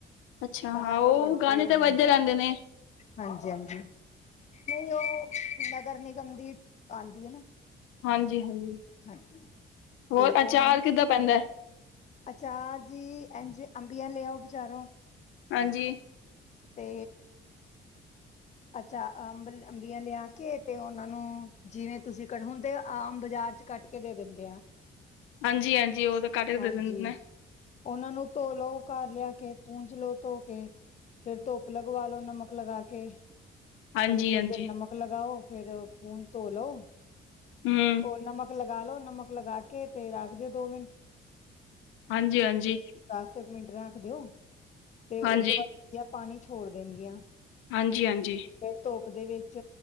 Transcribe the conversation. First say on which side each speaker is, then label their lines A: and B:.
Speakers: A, on the left; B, on the left.
A: ਅੱਛਾ
B: ਬਾਹਰ
A: ਹਾਂ ਉਹ
B: ਰੋਡ
A: ਗਾਣੇ
B: ਤੇ,
A: ਤਾਂ ਵੱਜਦੇ
B: ਹਾਂਜੀ,
A: ਰਹਿੰਦੇ ਨੇ
B: ਹਾਂਜੀ -ਹਾਂਜੀ ਨਹੀਂ, ਉਹ ਨਗਰ ਨਿਗਮ, ਦੀ ਆਉਂਦੀ ਅ ਨਾ
A: ਹਾਂਜੀ -ਹਾਂਜੀ
B: ਹਾਂਜੀ
A: ਹੋਰ,
B: ਤੇ ਉਹ
A: ਅਚਾਰ
B: ਮੈਂ
A: ਕਿੱਦਾਂ ਪੈਂਦਾ?
B: ਅਚਾਰ ਜੀ, ਇਜ ਅੰਬੀਆਂ ਲਿਆਓ ਬਾਜਰੋ।
A: ਹਾਂਜੀ
B: ਤੇ ਅੱਛਾ, ਅੰਬ ਅੰਬੀਆਂ ਲਿਆ ਕੇ ਤੇ ਉਹਨਾਂ ਨੂੰ ਜਿਵੇਂ ਤੁਸੀਂ, ਕ ਹੁੰਦੇ ਆਮ ਬਾਜ਼ਾਰ ਚ ਕੱਟ ਕੇ ਦੇ ਦਿੰਦੇ ਆ।
A: ਹਾਂਜੀ -ਹਾਂਜੀ ਉਹ ਤਾਂ ਕੱਟ ਕੇ
B: ਹਾਂਜੀ
A: ਦ ਦਿੰਦੇ ਨੇ
B: ਉਹਨਾਂ ਨੂੰ ਧੋ ਲਓ, ਘਰ ਲਿਆ ਕੇ ਪੂੰਜ ਲੋਓ ਧੋ ਕੇ ਫੇਿਰ ਧੁੱਪ ਲਗਵਾ ਲੋ, ਨਮਕ ਲਗਾ ਕੇ
A: ਹਾਂਜੀ
B: ਪਹਿਲੇ, ਥੋੜ੍ਹੀ
A: ਹਾਂਜੀ
B: ਦੇਰ ਨਮਕ ਲਗਾਓ, ਫੇਰ ਖੂਨ ਧੋਲੋ
A: ਹਮ
B: ਹੋ ਨਮਕ ਲਗਾ ਲੋ, ਨਮਕ ਲਗਾ ਕੇ ਤੇ ਰੱਖ ਦਿਓ ਦੋ ਮਿੰਟ।
A: ਹਾਂਜੀ--ਹਾਂਜੀ
B: ਦਸ ਕੁ ਮਿੰਟ ਰੱਖ ਦਿਓ, ਤੇ ਉਸ
A: ਹਾਂਜੀ
B: ਤੋਂ ਬਾਅਦ ਪਾਣੀ ਛੋੜ ਦੇਣਗੀਆਂ।
A: ਹਾਂਜੀ -ਹਾਂਜੀ
B: ਫਿਰ ਧੱਪ ਦੇ ਵਿੱਚ